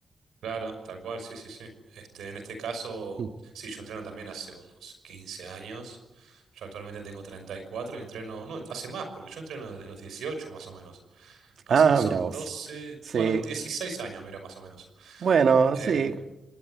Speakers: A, on the right; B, on the right.
A: Claro, tal cual, sí, sí, sí. Este, en este caso,
B: Mm.
A: sí, yo entreno también hace unos 15 años. Yo actualmente tengo treinta y cuatro y entreno, no, hace más, porque yo entreno desde los 18 más o menos. Así
B: Ah,
A: que son
B: mira vos.
A: doce,
B: Sí,
A: bueno, 16 años, mira, más o menos.
B: bueno,
A: Eh,
B: sí.